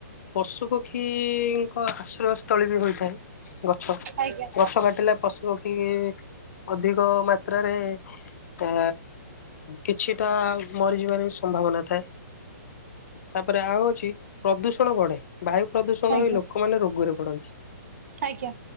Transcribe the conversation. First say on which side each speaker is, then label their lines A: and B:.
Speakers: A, on the left; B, on the right.
A: ପଶୁ ପକ୍ଷୀଙ୍କ ଆଶ୍ରୟସ୍ଥଳୀ ବି ହୋଇଥାଏ ଗଛ।
B: ଆଜ୍ଞା।
A: ଗଛ କାଟିଲେ ପଶୁପକ୍ଷୀ ଅଧିକ ମାତ୍ରାରେ ଆ କିଛିଟା ମରିଯିବାର ବି ସମ୍ଭାବନା ଥାଏ। ତାପରେ ଆଉ ହଉଛି ପ୍ରଦୂଷଣ ବଢେ। ବାୟୁ ପ୍ରଦୂଷଣ
B: ଆଜ୍ଞା
A: ହଇ ଲୋକ ଲୋକମାନେ ରୋଗରେ ପଡନ୍ତି।
B: ଆଜ୍ଞା